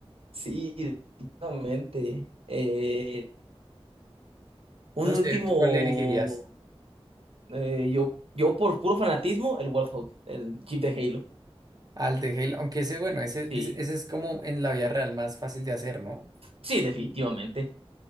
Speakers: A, on the right; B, on the right.
A: Sí, definitivamente. Eh, un
B: No sé,
A: último,
B: ¿tú cuál le dirigirías?
A: eh, yo, yo por puro fanatismo, el Warthog, el Jeep de Halo.
B: Al de Halo, aunque ese, bueno, ese, dice-
A: Sí,
B: ese es como en la vida real más fácil de hacer, ¿no?
A: sí, definitivamente.